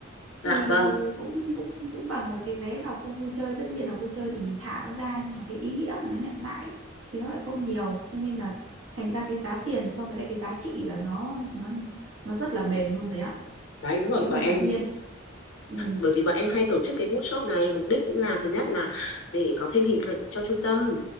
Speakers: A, on the left; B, on the right.
A: dạ
B: thì
A: vâng
B: cũng cũng cũng bằng một cái vé vào khu vui chơi tất nhiên là vui chơi thì mình thả nó ra nhưng mà cái ý nghĩa mà nó nhận lại ấy, thì nó lại không nhiều cho nên là thành ra cái giá tiền so với lại cái giá trị là nó nó nó rất là mềm luôn rồi á
A: đấy đúng rồi
B: chị
A: bọn
B: hơi
A: em
B: ngạc nhiên ừ
A: bởi vì bọn em hay tổ chức cái workshop này mục đích cũng là thứ nhất là để có thêm hình ảnh cho trung tâm